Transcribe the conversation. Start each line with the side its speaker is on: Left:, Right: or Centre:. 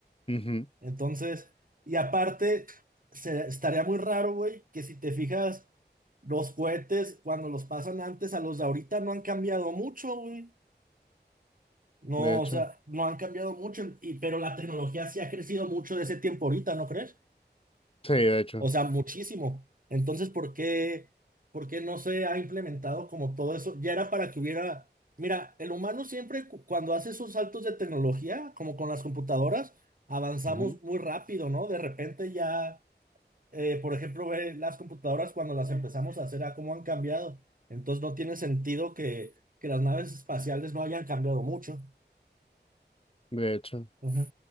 Left: Ujú,
Right: Entonces, y aparte, se- estaría muy raro, güey, que si te fijas, los cohetes, cuando los pasan antes a los de ahorita, no han cambiado mucho, güey. No,
Left: de hecho,
Right: o sea, no han cambiado mucho, y, pero la tecnología sí ha crecido mucho de ese tiempo ahorita, ¿no crees?
Left: sí, de hecho,
Right: O sea, muchísimo. Entonces, ¿por qué, por qué no se ha implementado como todo eso? Ya era para que hubiera... Mira, el humano siempre cu- cuando hace esos saltos de tecnología, como con las computadoras, avanzamos
Left: Ujú.
Right: muy rápido, ¿no? De repente ya, eh, por ejemplo, ve las computadoras cuando las empezamos a hacer, a cómo han cambiado. Entonces, no tiene sentido que, que las naves espaciales no hayan cambiado mucho.
Left: de hecho.
Right: Ujú.